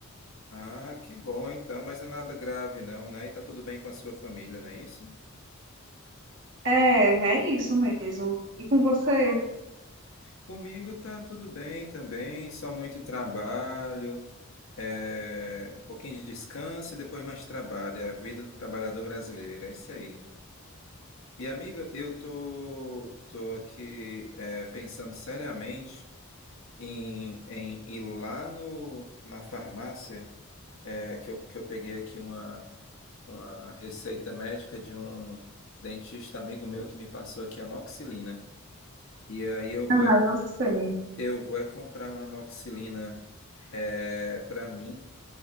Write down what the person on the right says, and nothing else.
É, é isso mesmo. E com você?
Ah,
eu sei.